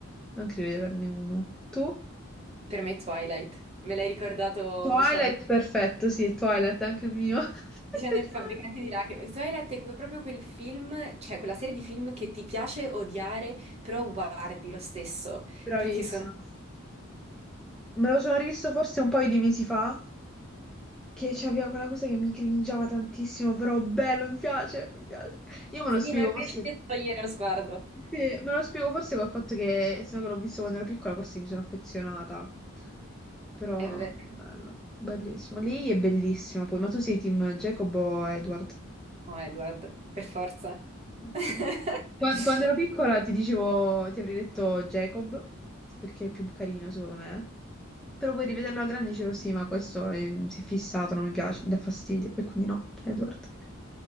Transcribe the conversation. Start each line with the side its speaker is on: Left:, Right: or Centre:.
Centre: Non credo di averne uno. Tu?
Right: Per me Twilight, me l'hai ricordato
Centre: Twilight,
Right: dicendo,
Centre: perfetto, sì, è Twilight, è anche il mio. <laughs> Effettivamente.
Right: dicendo il fabbricante di lacrime. Twilight è que- proprio quel film, cioè quella serie di film che ti piace odiare, però guardi lo stesso,
Centre: Bravissima.
Right: perché sono...
Centre: Me lo sono rivisto forse un paio di mesi fa, che c'aveva quella cosa che mi cringiava tantissimo, però bello, mi piace, mi piace. Io me
Right: Sì,
Centre: lo spiego,
Right: non
Centre: forse...
Right: riesci a togliere lo sguardo.
Centre: Sì, me lo spiego forse col fatto che, essendo che l'ho visto quando ero piccola, forse mi sono affezionata. Però,
Right: È vero.
Centre: bello, bellissimo. Lei è bellissima poi, ma tu sei team Jacob o Edward?
Right: No, Edward, per forza.
Centre: Ok.
Right: <laughs>
Centre: Qua- Quando, ero piccola ti dicevo, ti avrei detto Jacob, perché è più carino secondo me. Però poi rivederlo alla grande dicevo sì, ma questo è- si è fissato, non mi piace, mi dà fastidio. E quindi no, Edward.